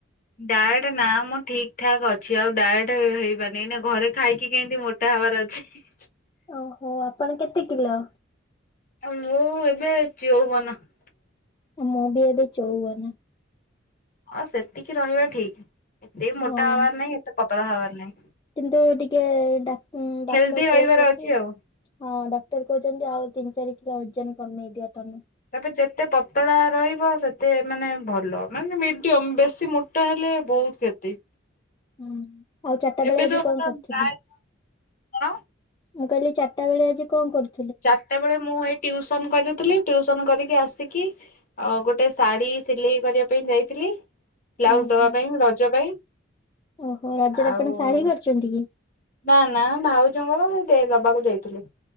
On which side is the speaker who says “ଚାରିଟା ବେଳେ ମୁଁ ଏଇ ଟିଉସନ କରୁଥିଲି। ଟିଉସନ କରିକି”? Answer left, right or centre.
Left